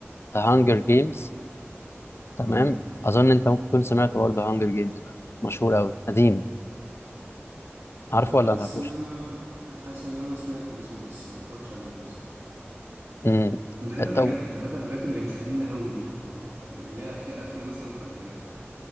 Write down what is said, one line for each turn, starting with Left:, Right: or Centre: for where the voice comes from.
Left: ذا هانجر جيمز تمام
Right: امم
Left: اظن انت ممكن تكون سمعت برضو هانجر جيمز ده مشهور قوي قديم عارفه ولا
Right: حاسس
Left: ما تعرفوش
Right: ان انا حاسس ان انا سمعت اسمه بس ما اتفرجتش عليه للاسف
Left: امم
Right: انا بحب الحاجات
Left: طب
Right: بحب الحاجات اللي مش قديمه قوي دي برضه فاهم اللي هي اخر اخر مثلا تمانينات